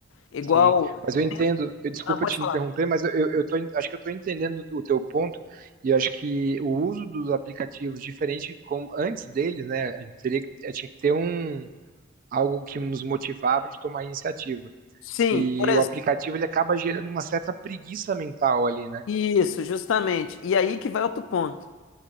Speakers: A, on the left; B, on the right.
A: Igual,
B: Sim, mas eu entendo, eu, desculpa
A: ah, pode
B: te
A: falar.
B: interromper, mas eu, eu, eu tô, en- acho que eu estou entendendo o teu ponto e acho que o uso dos aplicativos, diferente como antes deles, né, a gente teria, que- eh, tinha que ter um, algo que nos motivava de tomar iniciativa.
A: Sim,
B: E
A: por exemplo,
B: o aplicativo, ele acaba gerando uma certa preguiça mental ali, né?
A: isso, justamente. E aí que vai outro ponto.